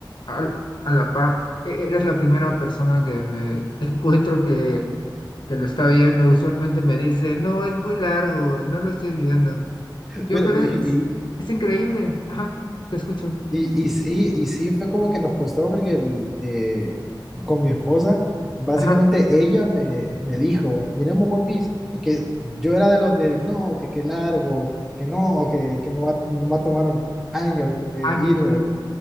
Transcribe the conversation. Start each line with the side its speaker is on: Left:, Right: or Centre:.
Left: a, al- a la par. E- Eres la primera persona que me <laughs> encuentro que, que lo está viendo. Usualmente me dice, no, es muy largo, no lo estoy viendo. Yo,
Centre: Pero,
Left: pero
Centre: y,
Left: es,
Centre: y,
Left: es increíble. Ajá, te escucho.
Centre: y, y sí, y sí fue como que nos costó porque el, eh, con mi esposa, básicamente
Left: Ajá,
Centre: ella me, me dijo, miremos One Piece, porque yo era de los de, no, que qué largo, que no, que, que me va, me va a tomar años de
Left: años,
Centre: ir.
Left: sí.